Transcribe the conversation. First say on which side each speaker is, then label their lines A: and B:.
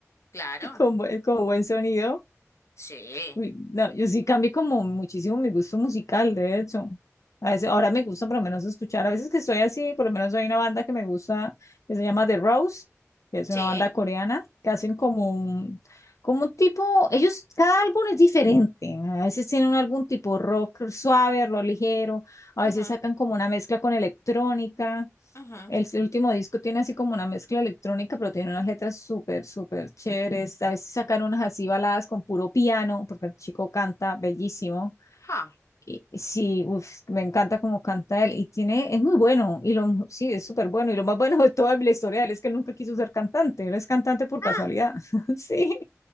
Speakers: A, on the left; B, on the left.
A: claro.
B: <laughs> Y con, buen- con buen sonido.
A: Sí,
B: Uy, no, yo sí cambié como muchísimo mi gusto musical, de hecho. A veces, ahora me gusta por lo menos escuchar, a veces que estoy así, por lo menos hay una banda que me gusta, que se llama The Rose, que es
A: sí.
B: una banda coreana, que hacen como un, como un tipo, ellos, cada álbum es diferente, a veces tienen algún tipo rock suave, rock ligero, a
A: ujú,
B: veces sacan como una mezcla con electrónica,
A: ujú.
B: el último disco tiene así como una mezcla electrónica, pero tiene unas letras súper, súper chéveres. A veces sacan unas así baladas con puro piano, porque el chico canta bellísimo.
A: Ah,
B: Y y sí, uf, me encanta cómo canta él. Y tiene, es muy bueno. Y lo, sí, es súper bueno. Y lo más bueno de toda la historia de él es que él nunca quiso ser cantante. Él es cantante por
A: ah,
B: casualidad. <laughs> Sí,